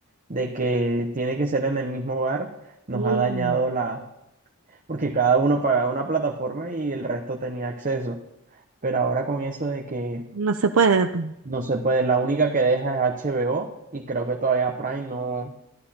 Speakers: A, on the right; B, on the right.
A: de que tiene que ser en el mismo hogar, nos
B: y
A: ha dañado la... porque cada uno pagaba una plataforma y el resto tenía acceso. Pero ahora con eso de que
B: no se puede. pues,
A: No se puede, la única que deja es HBO y creo que todavía Prime no,